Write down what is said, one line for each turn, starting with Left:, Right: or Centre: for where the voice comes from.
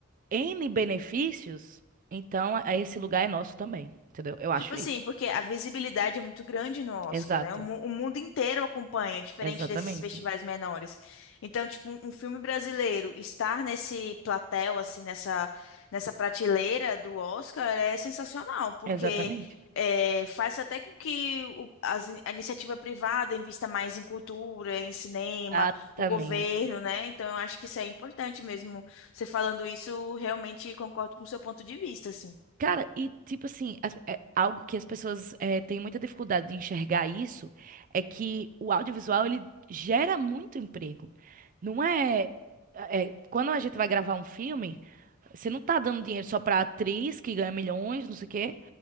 Right: N benefícios, então a- esse lugar é nosso também, entendeu? Eu acho
Left: Tipo assim,
Right: isso.
Left: porque a visibilidade é muito grande no Oscar,
Right: Exato.
Left: né? O, mu- o mundo inteiro acompanha, diferente
Right: Exatamente.
Left: desses festivais menores. Então, tipo, um, um filme brasileiro estar nesse platel, assim, nessa, nessa prateleira do Oscar é sensacional, porque
Right: Exatamente.
Left: é, faz até com que o- as in- a iniciativa privada invista mais em cultura, em cinema,
Right: Exatamente.
Left: o governo, né? Então, eu acho que isso é importante mesmo. Você falando isso, realmente concordo com o seu ponto de vista, assim.
Right: Cara, e tipo assim, as- é, algo que as pessoas é, têm muita dificuldade de enxergar isso é que o audiovisual ele gera muito emprego. Não é, é, quando a gente vai gravar um filme, você não tá dando dinheiro só pra atriz que ganha milhões, não sei o quê.